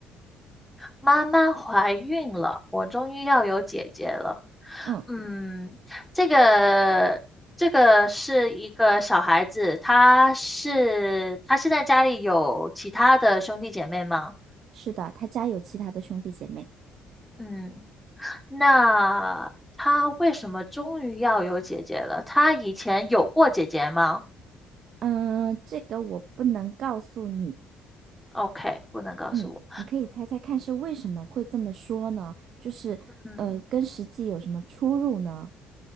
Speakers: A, in the centre; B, on the right.
A: 妈妈怀孕了，我终于要有姐姐了。
B: 嗯，
A: 嗯，这个这个是一个小孩子，他是他是在家里有其他的兄弟姐妹吗？
B: 是的，她家有其他的兄弟姐妹。
A: 嗯，那他为什么终于要有姐姐了？他以前有过姐姐吗
B: 嗯，这个我不能告诉你。
A: ？OK，不能告诉我。
B: 嗯，你可以猜猜看是为什么会这么说呢？就是呃，
A: 嗯
B: 跟实际有什么出入呢？